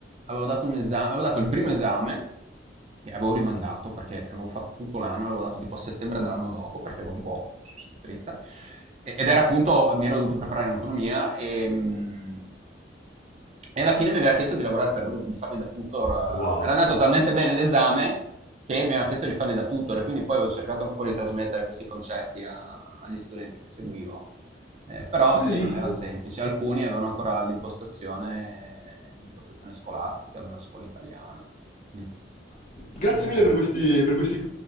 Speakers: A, on the right (about 35°); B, on the left (about 40°).
A: avevo dato un esame, avevo dato il primo esame, che avevo rimandato perché avevo fatto tutto l'anno, l'avevo dato tipo a settembre dell'anno dopo perché avevo un po' strizza, E- ed era appunto, mi ero dovuto preparare in autonomia e... mm, e alla fine mi aveva chiesto di lavorare per lui, di fargli da tutor. eh.
B: Wow.
A: Era andato talmente bene l'esame che mi aveva chiesto di farli da tutor e quindi poi avevo cercato un po' di trasmettere questi concetti a- agli studenti che seguivo. Eh, però
B: Bellissimo.
A: sì, non era semplice. Alcuni avevano ancora l'impostazione, l'impostazione scolastica della scuola italiana. Mm.
B: Grazie
A: Ok.
B: mille per questi, per questi